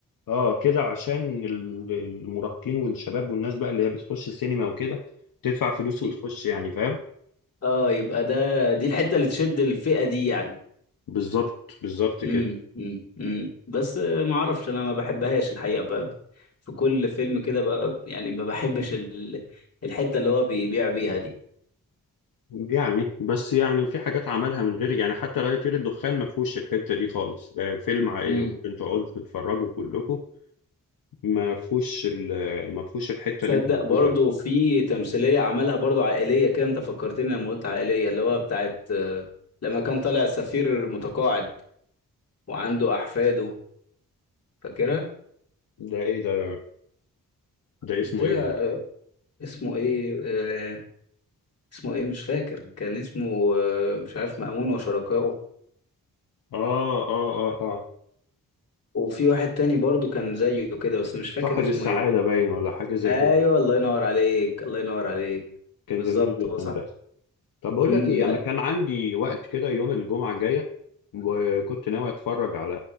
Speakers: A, on the left; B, on the left.
A: اه كده عشان ال- المراهقين والشباب والناس بقى اللي هي بتخش السينما وكده تدفع فلوس
B: ي-
A: وتخش يعني فاهم
B: اه يبقى ده دي الحته اللي تشد الفئه دي يعني
A: بالظبط بالظبط
B: امم
A: كده
B: امم امم بس ما اعرفش انا ما بحبهاش الحقيقه ب- في كل فيلم كده ب- يعني ما بحبش ال- الحته اللي هو بيبيع بيها دي
A: يعني بس يعني في حاجات عملها من غير يعني حتى لا يطير الدخان ما فيهوش الحتة دي خالص ده فيلم عائلي
B: امم
A: ممكن تقعدوا تتفرجوا كلكم ما فيهوش ال- ما فيهوش الحتة
B: صدق
A: اللي انت بتقولها
B: برضو
A: دي.
B: في تمثيليه عملها برضو عائليه كده انت فكرتني لما قلت عائليه اللي هو بتاعت آه، لما كان طالع سفير متقاعد وعنده احفاده فاكرها
A: ده ايه ده ده
B: قلت
A: اسمه
B: لها
A: ايه ده
B: اسمه ايه آه، اسمه ايه مش فاكر كان اسمه آه، مش عارف مأمون وشركائه
A: اه اه اه اه
B: وفي واحد تاني برضو كان زيه كده بس مش فاكر
A: صاحب
B: اسمه
A: السعادة
B: ايه
A: باين ولا حاجة زي
B: ايوه
A: كده
B: الله ينور عليك الله ينور عليك
A: كان
B: بالظبط
A: جميل جدا
B: هو صح
A: ده طب بقول
B: امم
A: لك ايه
B: لا
A: انا كان عندي وقت كده يوم الجمعة الجاية وكنت ناوي اتفرج على